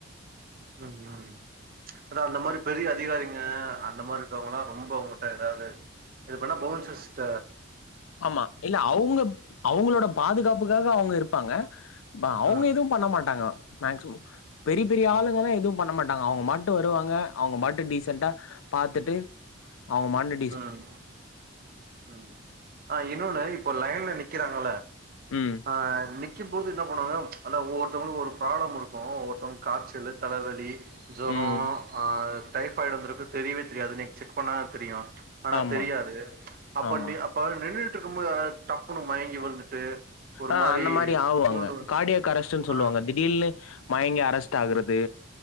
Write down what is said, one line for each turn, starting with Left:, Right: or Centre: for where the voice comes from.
Right: ம் ம் அதா அந்த மாரி பெரிய அதிகாரிங்க அந்த மாரி இருக்கவங்கல்லா ரொம்ப உங்குட்ட ஏதாவது இது பண்ணா பவுன்சஸ்ட
Left: ஆமா இல்ல அவங்க அவங்களோட பாதுகாப்புக்காக அவங்க இருப்பாங்க அவங்க
Right: ம்
Left: எதுவு பண்ண மாட்டாங்க மேக்சிம பெரிய பெரிய
Right: ம்
Left: ஆளுங்கல்லா எது பண்ண மாட்டாங்க அவங்க மாட்டு வருவாங்க அவங்க மாட்டு டீசன்டா பாத்துட்டு அவங்க மாட்டு
Right: ம் ம் ஆஹ் இன்னொன்னு இப்போ லைன்ல நிக்கிறாங்கள
Left: ம்.
Right: ஆஹ் ஆஹ் இன்னைக் வக்கி போது என்ன பண்ணுவாங்க அதாவ ஒவ்வொருத்தவங்களுக்கு ஒரு ப்ராள இருக்கும் ஒவ்வொருத்தவங்க காச்சலு தலவலி ஜொர
Left: ம்.
Right: ஆஹ் டைஃபாய்டு வந்திருக்கு தெரியவே தெரியாது இன்னைக்கு செக் பண்ணா தா தெரியு ஆனா
Left: ஆமா,
Right: தெரியாது அப்ப
Left: ஆமா.
Right: அப்ப நின்றுட்டு இருக்கு போது அத டப்புன்னு மயங்கி விழுந்துட்டு ஒரு
Left: ஆஹ்
Right: மாரி
Left: அந்த மாறி ஆகுவாங்க
Right: சுருண்டு
Left: அங்க
Right: விழு-
Left: கார்டியாக் அரஷ்டுன்னு சொல்லுவாங்க
Right: ஆ
Left: திடீ இல்ல மயங்கி அரெஸ்ட் ஆகுறது